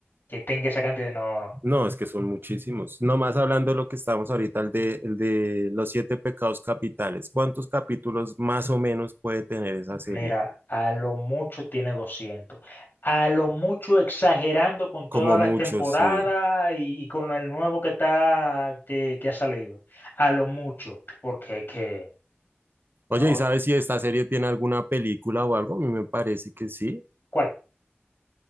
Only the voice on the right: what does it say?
No, es que son muchísimos. Nomás hablando de lo que estábamos ahorita, el de, el de los siete pecados capitales. ¿Cuántos capítulos más o menos puede tener esa serie?
Como
muchos,
sí.
Oye,
¿y sabes si esta serie tiene alguna película o algo? A mí me parece que sí.